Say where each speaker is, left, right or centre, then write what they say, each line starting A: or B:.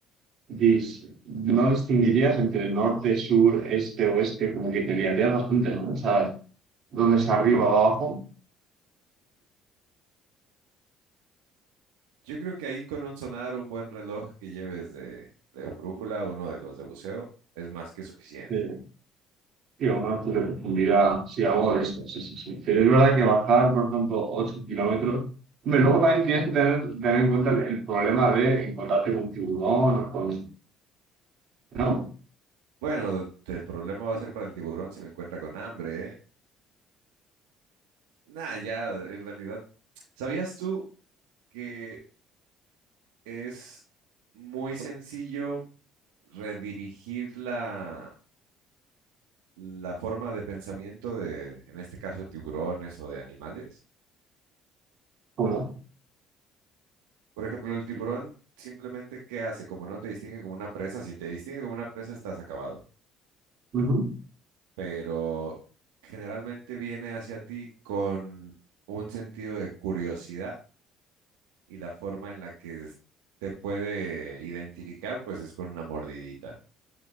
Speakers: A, on the right; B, on the right.
A: dis- no distinguirías entre norte, sur, este, oeste, como que te liarías bastante, ¿no? ¿Sabes? ¿Dónde es arriba o abajo?
B: Yo creo que ahí con un sonar, un buen reloj que lleves de, de brújula, uno de los de buceo, es más que suficiente.
A: Sí, sí, a una altura de profundidad, sí, algo de esto, sí, sí, sí. Pero es verdad que bajar, por ejemplo, 8 kilómetros, hombre, luego también tienes que tener, tener en cuenta el, el problema de encontrarte con un tiburón o con... ¿No?
B: Bueno, el problema va a ser para el tiburón si me encuentra con hambre, ¿eh? Nah, ya, en realidad, ¿sabías tú que es muy sencillo redirigir la la forma de pensamiento de, en este caso, de tiburones o de animales.
A: ¿Cómo?
B: Por ejemplo, el tiburón simplemente, ¿qué hace? Como no te distingue como una presa, si te distingue como una presa, estás acabado.
A: Ujú,
B: Pero generalmente viene hacia ti con un sentido de curiosidad y la forma en la que es- te puede identificar, pues es con una mordidita.